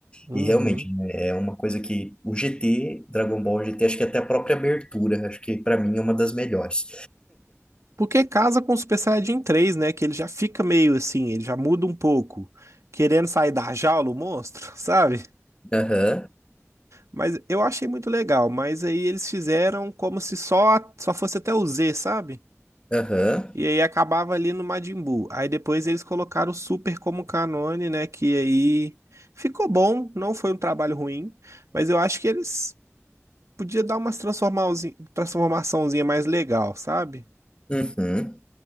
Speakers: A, on the right; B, on the left.
A: Uhum.
B: E realmente, né, é uma coisa que o GT, Dragon Ball GT, acho que até a própria abertura, acho que pra mim é uma das melhores.
A: Porque casa com o Super Saiyajin 3, né? Que ele já fica meio assim, ele já muda um pouco, querendo sair da jaula, o monstro, <laughs> sabe?
B: Aham,
A: Mas eu achei muito legal, mas aí eles fizeram como se só, só fosse até o Z, sabe?
B: aham,
A: E aí acabava ali no Majin Buu. Aí depois eles colocaram o Super como canone, né? Que aí ficou bom, não foi um trabalho ruim, mas eu acho que eles podia dar umas transformauzi- transformaçãozinha mais legal, sabe?
B: uhum.